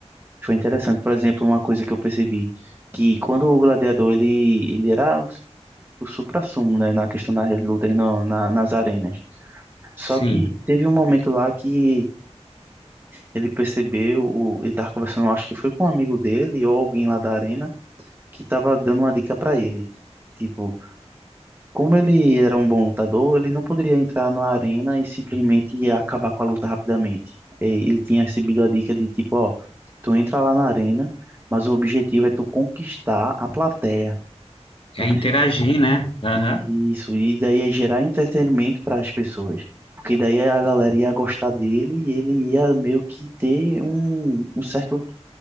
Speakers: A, on the right (about 20°); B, on the left (about 55°).
A: foi interessante. Por exemplo, uma coisa que eu percebi, que quando o gladiador, ele, ele era o suprassumo, né? Na questão das lutas no, na, nas arenas. Só
B: Sim.
A: que teve um momento lá que ele percebeu, o, ele tava conversando, acho que foi com um amigo dele ou alguém lá da arena, que tava dando uma dica para ele. Tipo, Como ele era um bom lutador, ele não poderia entrar na arena e simplesmente acabar com a luta rapidamente. E Ele tinha recebido a dica de tipo, ó, tu entra lá na arena, mas o objetivo é tu conquistar a plateia, porque
B: É interagir,
A: se-
B: né? Aham.
A: e isso e daí é gerar entretenimento para as pessoas, porque daí a galera ia gostar dele e ele ia meio que ter um, um certo